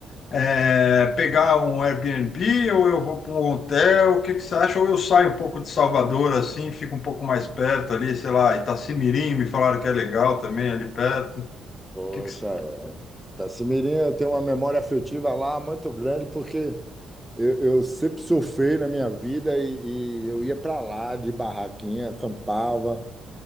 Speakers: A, on the left; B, in the centre.
A: é, pegar um Airbnb ou eu vou para um hotel? O que que você acha? Ou eu saio um pouco de Salvador, assim, fico um pouco mais perto ali, sei lá, Itacimirim, me falaram que é legal também ali perto. O
B: poxa,
A: que que você...
B: Tassimirim, eu tenho uma memória afetiva lá muito grande porque eu, eu sempre surfei na minha vida e, e eu ia para lá de barraquinha, acampava,